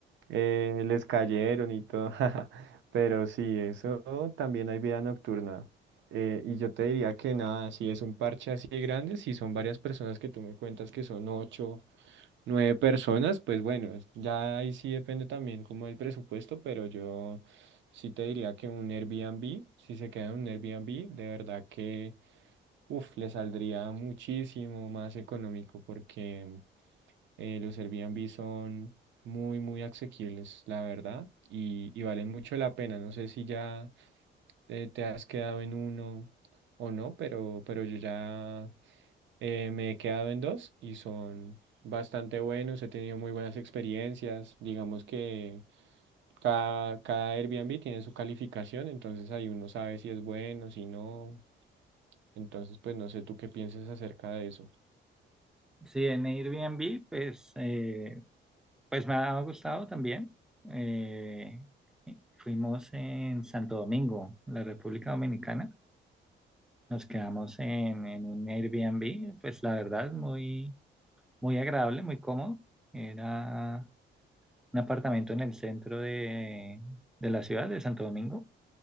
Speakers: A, on the right; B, in the centre.
A: eh, les cayeron y todo. <laughs> Pero sí, eso también hay vida nocturna. Eh, y yo te diría que nada, si es un parche así grande, si son varias personas que tú me cuentas que son ocho, nueve personas, pues bueno, es- ya ahí sí depende también como el presupuesto, pero yo sí te diría que un Airbnb, si se queda en un Airbnb, de verdad que, uff, le saldría muchísimo más económico porque... Eh, los Airbnb son muy, muy asequibles, la verdad, y, y valen mucho la pena. No sé si ya eh, te has quedado en uno o no, pero, pero yo ya eh, me he quedado en dos y son bastante buenos. He tenido muy buenas experiencias. Digamos que cada, cada Airbnb tiene su calificación, entonces ahí uno sabe si es bueno, si no. Entonces, pues no sé tú qué piensas acerca de eso.
B: Sí, en Airbnb, pues, eh, pues me ha gustado también. Eh, fuimos en Santo Domingo, la República Dominicana. Nos quedamos en, en un Airbnb, pues la verdad, muy, muy agradable, muy cómodo. Era un apartamento en el centro de, de la ciudad de Santo Domingo.